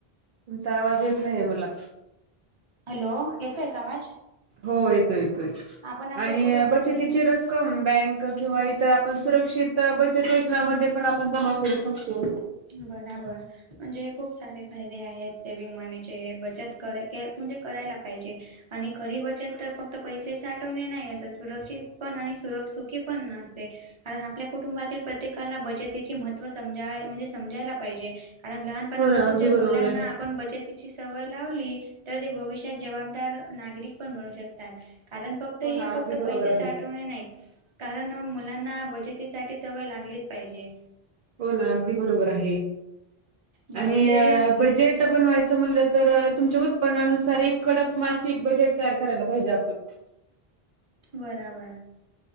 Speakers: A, on the right; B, on the right.
A: तुमचां आवाज येतं नाहीे आहे मला.
B: हॅलो येतोय का आवाज.
A: हो येतोय येतोय.
B: आपण आपल्या
A: आणि
B: कुटुंबातील
A: बचतिची रक्कम बँक किंवा इतर आपणं सुरक्षित तरं बचतीचमध्ये पणं आपणं जमा करूं शकतो.
B: बराबर. म्हणजे हे खूप सारे फायदे आहेत सेविंग मनीचे हे बचत क के म्हणजे करायला पाहिजे. आणि खरी बचतं तरं फक्तं पैसे साठवणे नाहीं असतं सुरक्षित पणं आणि सुर सुुखी पणं नसते. कारण आपल्या कुटुंबांतील प्रत्येकाला बचतीचे महत्त्व समजाय म्हणजे समजांयला पाहिजे कारणं लहान लहान
A: हो
B: पासुन
A: ना अगदी
B: जे
A: बरोबर
B: मुलांना
A: आहे.
B: आप आपणं बचतीची सवय लावली तरं ते भविष्यांत जबांबदार नागरिक पणं बनू शकतांत. कारणं फक्तं
A: हो
B: हे
A: ना अगदी
B: फक्तं
A: बरोबर
B: पैसे
A: आहे
B: साठवणे नाहीं कारणं मुलांना बचतीसांठी सवय लागलीचं पाहिजे.
A: हो ना अगदी बरोबर आहे
B: ब
A: आणि
B: म्हणजे
A: बजेट बजेट बनवायचं म्हटलं तरं तुमच्यां उत्पन्नानुसार एक कडक मासिकं बजेट तयार करायला पाहिजे आपणं.
B: बराबर